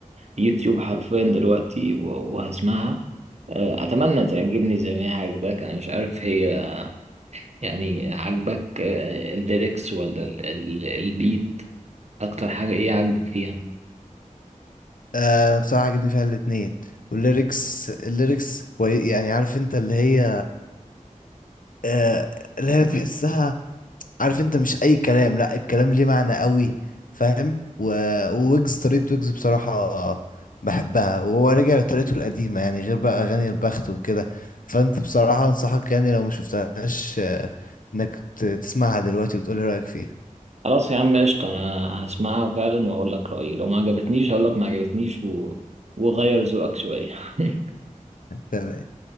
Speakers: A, on the right; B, on the left.
A: اليوتيوب حرفيا دلوقتي و- وهسمعها آه، اتمنى تعجبني زي ما هي عجباك انا مش عارف هي يعني عجبك آه، الليركس ولا ال- ال- البيت اكتر حاجه ايه عجبك فيها
B: آه بصراحة عجبني فيها الاتنين والليركس الليركس كوي... يعني عارف انت اللي هي آه اللي هي تحسها عارف انت مش اي كلام لا الكلام ليه معنى قوي فاهم و... وويجز طريقة ويجز بصراحة بحبها وهو رجع لطريقته القديمة يعني غير بقى اغاني البخت وكده فانت بصراحة انصحك يعني لو ما شفتهاش آه، انك ت- تسمعها دلوقتي وتقولي رأيك فيها
A: خلاص يا عم قشطة أنا هسمعها فعلا وهقول لك رأيي لو ما عجبتنيش هقول لك ما عجبتنيش و... وغير ذوقك شوية <laughs>
B: تمام.